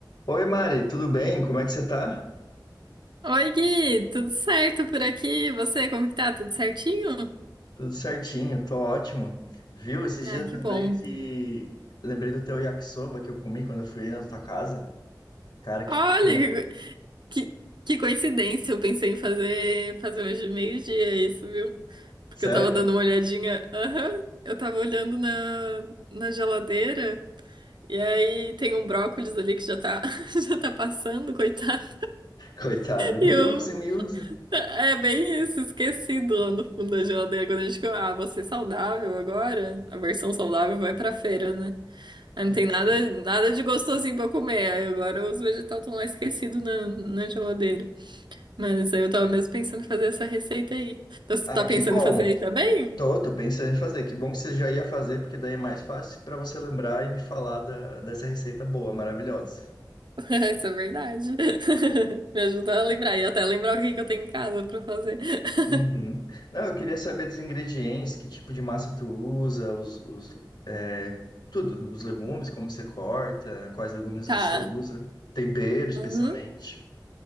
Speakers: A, on the left; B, on the right.
A: Oi, Mari, tudo bem? Como é que você tá?
B: Oi, Gui, tudo certo por aqui? E Você, como que tá? Tudo certinho?
A: Tudo certinho, tô ótimo. Viu? Esses
B: Ai,
A: dias
B: que
A: lembrei
B: bom.
A: que lembrei do teu yakisoba que eu comi quando eu fui aí na tua casa. Cara, que
B: Olha,
A: <laughs>
B: que, que, que coincidência, eu pensei em fazer, fazer hoje meio-dia isso, viu? Porque
A: sério?
B: eu tava dando uma olhadinha, aham, eu tava olhando na, na geladeira, e aí tem um brócolis ali que já tá, <laughs> já tá passando, coitado,
A: Coitado,
B: e
A: me
B: eu...
A: usem, me usem.
B: É bem isso, esquecido lá no fundo da geladeira, quando a gente fica, ah, vou ser saudável agora, a versão saudável vai pra feira, né? Ah, Não tem nada,
A: Sim.
B: nada de gostosinho pra comer. Aí agora os vegetais estão lá esquecidos na, na geladeira. Mas aí eu tava mesmo pensando em fazer essa receita aí. Então, Você
A: Ah,
B: tá
A: que
B: pensando
A: bom.
B: em fazer aí também?
A: Tô, tô pensando em fazer. Que bom que você já ia fazer, porque daí é mais fácil pra você lembrar e me falar da- dessa receita boa, maravilhosa.
B: <laughs> Isso é verdade. <laughs> Me ajuda a lembrar. E até lembrar o que que eu tenho em casa pra fazer. <laughs>
A: Uhum. Não, eu queria saber dos ingredientes, que tipo de massa tu usa, os, os, é, tudo, os legumes, como você corta, quais legumes
B: Tá.
A: você usa, tempero especialmente.
B: Uhum.